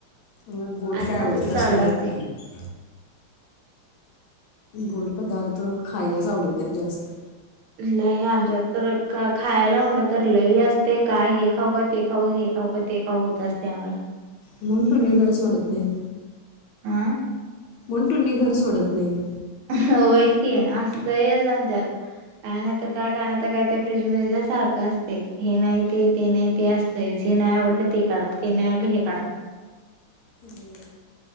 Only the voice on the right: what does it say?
असं
आमचं चालु
असतंय
लय आमच्यात तर क खायला म्हणत तर लई असतंय काय हे खाऊ का ते खाऊ हे खाऊ का ते खाऊ होत असतंय आम्हाला.
आ
व्हय कि असतंयच आमच्यात. काय नाहीतर काय का नाहीतर काय त्या फ्रीज मध्ये तर सारखं असते हे नाही ते ते नाही ते असतंयच. ते नाही आवडले ते काढा ते नाही आवडले हे काढा.